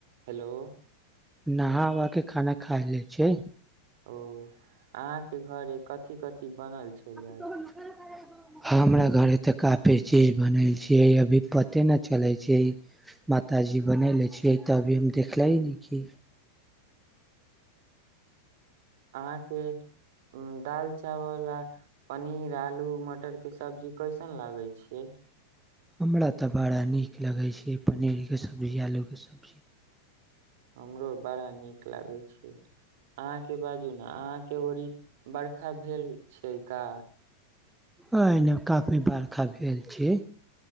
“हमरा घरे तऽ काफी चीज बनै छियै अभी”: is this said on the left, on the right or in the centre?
Centre